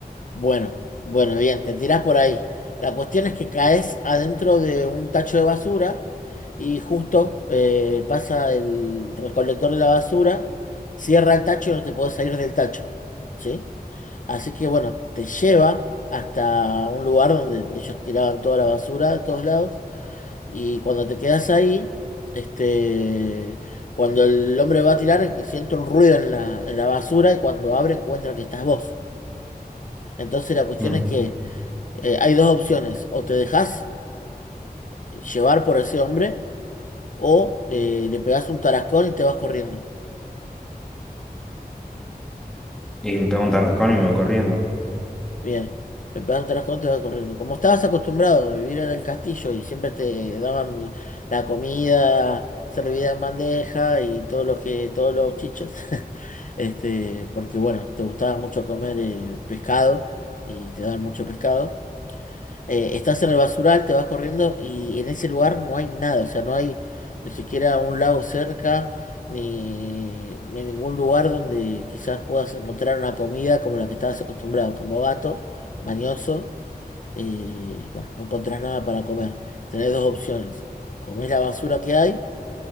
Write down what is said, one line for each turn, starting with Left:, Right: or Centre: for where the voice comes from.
Left: Bueno, bueno, bien, te tirás por ahí. La cuestión es que caes adentro de un tacho de basura y justo eh, pasa el recolector de la basura, cierra el tacho y no te podés salir del tacho. ¿Sí? Así que bueno, te lleva hasta un lugar donde ellos tiraban toda la basura de todos lados y cuando te quedas ahí, este, cuando el hombre va a tirar, eh, siente un ruido en la, en la basura y cuando abre encuentra que estás vos. Entonces la cuestión
Centre: Mm.
Left: es que eh, hay dos opciones, o te dejas llevar por ese hombre o eh, le pegás un tarascón y te vas corriendo.
Centre: Y le pego un tarrascón y me voy corriendo.
Left: Bien, le pegaron tres contos y va corriendo. Como estabas acostumbrado a vivir en el castillo y siempre te daban la comida servida en bandeja y todos los que, todos los chiches, <laughs> este, porque bueno, te gustaba mucho comer eh, pescado y te daban mucho pescado eh, estás en el basural, te vas corriendo y en ese lugar no hay nada, o sea, no hay ni siquiera un lago cerca, ni, ni ningún lugar donde quizás puedas encontrar una comida como la que estabas acostumbrado, como gato, mañoso, eh, bueno, no encontrás nada para comer. Tenés dos opciones, comés la basura que hay